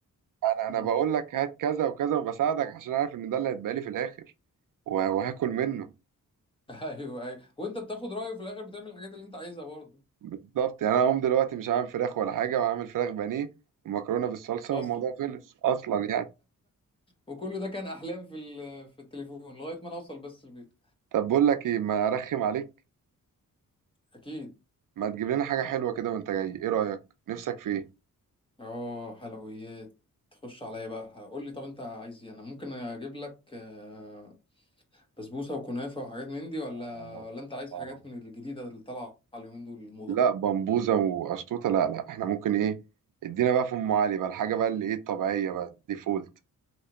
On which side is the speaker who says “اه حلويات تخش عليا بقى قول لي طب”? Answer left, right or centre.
Left